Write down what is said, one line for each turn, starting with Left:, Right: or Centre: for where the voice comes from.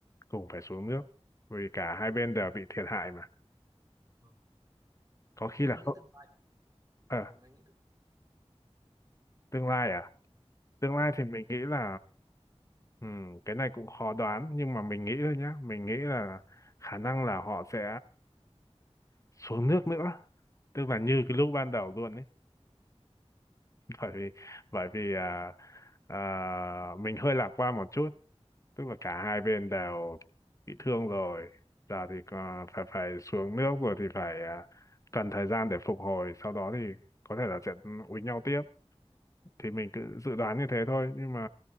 Left: cùng phải xuống nước vì cả hai bên đều bị thiệt hại mà
Right: vâng
Left: có khi
Right: thế anh
Left: là
Right: nghĩ
Left: không
Right: tương lai
Left: ờ
Right: vâng anh nghĩ tương
Left: tương lai à? tương lai
Right: vâng
Left: thì mình nghĩ là ừm, cái này cũng khó đoán nhưng mà mình nghĩ thôi nhá mình nghĩ là khả năng là họ sẽ xuống nước nữa tức là như cái lúc ban đầu luôn ấy bởi vì bởi vì à, à, mình hơi lạc quan một chút tức là cả hai bên đều bị thương rồi giờ thì à, phải phải xuống nước rồi thì phải à, cần thời gian để phục hồi sau đó thì có thể là sẽ úi nhau tiếp thì mình cứ dự đoán như thế thôi nhưng mà